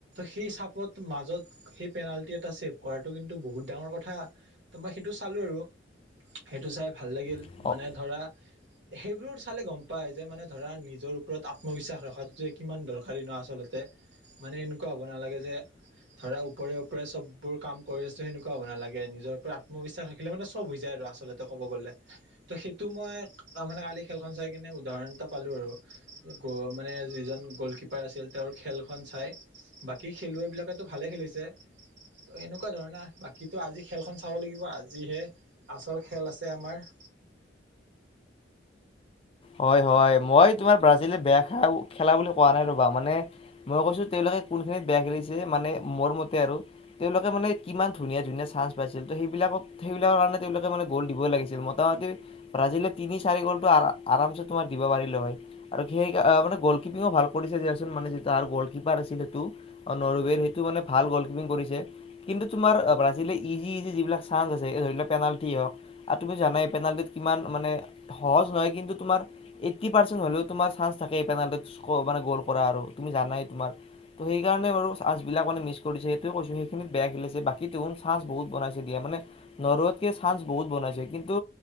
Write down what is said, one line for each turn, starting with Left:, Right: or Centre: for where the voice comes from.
Right: সেই চাপত মাজত সেই পেনাল্টি এটা ছেভ কৰাটো কিন্তু বহুত ডাঙৰ কথা তো মই সেইটো চালো আৰু সেইটো চাই ভাল লাগিল
Left: তেওঁ
Right: মানে ধৰা সেইবোৰ চালে গম পায় যে মানে ধৰা নিজৰ ওপৰত আত্মবিশ্বাস ৰখাটোতো কিমান দৰকাৰী নহ আচলতে। মানে এনেকুৱা হ'ব নালাগে যে ধৰা ওপৰে ওপৰে চব বোৰ কাম কৰি আছো সেনেুকোৱা হ'ব নালাগে নিজৰ পৰা আত্মবিশ্বাস ৰাখিলে মানে চব হৈ যায় আৰু আচলতে ক'ব গলে ত' সেইটো মই অ', মানে কালি খেলখন চাই কিনে উদাহৰণ এটা পালো আৰু মানে যিজন গ'ল কিপাৰ আছিল তেওঁৰ খেলখন চাই বাকী খেলুৱৈবিলাকেটো ভালে খেলিছে। ত' এনেকুৱা ধৰণৰ বাকীতো আজি খেলখন চাব লাগিব আজিহে আচল খেল আছে আমাৰ। <inaudible>
Left: হয় হয় মই তোমাৰ ব্ৰাজিলে বেয়া খেল খেলা বুলি কোৱা নাই ৰ'বা মানে মই কৈছো তেওঁলোকে কোন খিনিত বেয়া খেলিছে মানে মোৰ মতে আৰু তেওঁলোকে মানে কিমান ধুনীয়া ধুনীয়া চাঞ্চ পাইছিল ত' সেই সেইবলাক সেইবিলাকৰ কাৰনে গ'ল দিব লছিল ম'তা ম'তি ব্ৰাজিলে তিনি চাৰি গ'ল টো আৰামছে তোমাৰ দিব পাৰিলে হয় আৰু সেই মানে গ'ল কিপিঙু ভাল কৰিছে দিয়াযচোন মানে য গ'ল কিপাৰ আ <unintelligible> নৰৱেৰ হেতু ভাল গ'ল কিপিং কৰিছে কিন্তু তোমাৰ ব্ৰাজিলে ইজি ইজি যিবিলাক চাঞ্চ আছে এই ধৰি লওক পেনাল্টী হওক আৰু তুমি জানাই পেনাল্টীত কিমান মানে সহজ নহয় কিন্তু তোমাৰ এইটি পৰেছেন্ত হলেও তোমাৰ চাঞ্চ থাকেই পেনাল্টীত মানে গ'ল কৰা আৰু তুমি জানাই তোমাৰ ত সেইকাৰণে বাৰু চাঞ্চ বিলাক মিছ কৰিছে সেইটোৱে কৈছো সেইখিনত বেয়া খেলিছে বাকী তো চাঞ্চ বহুত বনাইছে। মানে নৰৱেতকে চান্স বহুত বনাইছে কিন্তু